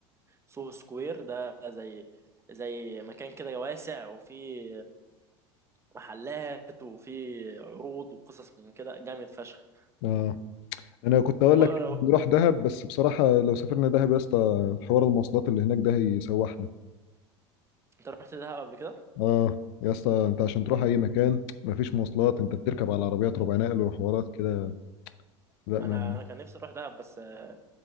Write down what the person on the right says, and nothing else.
سوهو سكوير ده زي زي مكان كده واسع وفيه محلات وفيه عروض وقصص من كده جامد فشخ
وبقى
لو
انت رحت دهب قبل كده
انا
انا كان نفسي اروح دهب بس آه،